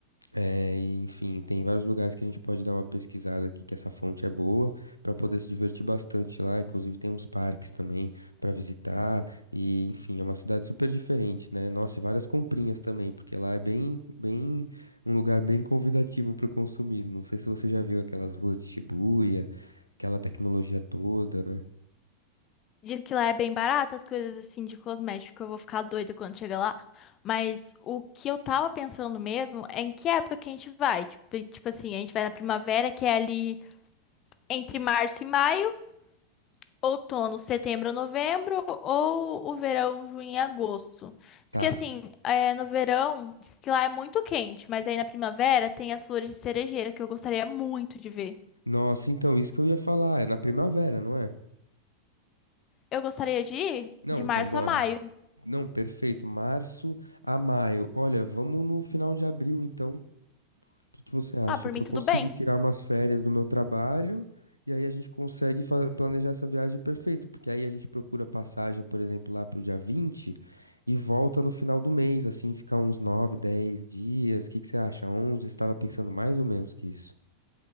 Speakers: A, on the left (about 85°); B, on the left (about 30°).
A: É, e, enfim, tem vários lugares que a gente pode dar uma pesquisada aqui, que essa fonte é boa, para poder se divertir bastante lá. Inclusive, tem uns parques também para visitar. E, enfim, é uma cidade super diferente, né? Nossa, e várias comprinhas também, porque lá é bem, bem, um lugar bem convidativo para o consumismo. Não sei se você já viu aquelas ruas de Shibuya, aquela tecnologia toda, né?
B: Diz que lá é bem barato as coisas assim de cosmético. Eu vou ficar doida quando chegar lá. Mas o que eu tava pensando mesmo é em que época que a gente vai. Tipo, tipo assim, a gente vai na primavera, que é ali entre março e maio. Outono, setembro, novembro, ou o verão, junho e agosto. Diz
A: Tá.
B: que assim, é, no verão, diz que lá é muito quente, mas aí na primavera tem as flores de cerejeira que eu gostaria muito de ver.
A: Nossa, então, isso que eu ia falar, é na primavera, não é?
B: Eu gostaria de ir
A: Não,
B: de março
A: então bora.
B: a maio.
A: Não, perfeito. Março a maio. Olha, vamos no final de abril, então. O que que você acha?
B: Ah, por
A: Que
B: mim
A: eu
B: tudo
A: consigo
B: bem.
A: tirar umas férias do meu trabalho e aí a gente consegue fa- planejar essa viagem perfeito. Porque aí a gente procura passagem, por exemplo, lá pro dia 20 e volta no final do mês, assim, ficar uns 9, 10 dias. O que que você acha? 11? Estava pensando mais ou menos que isso.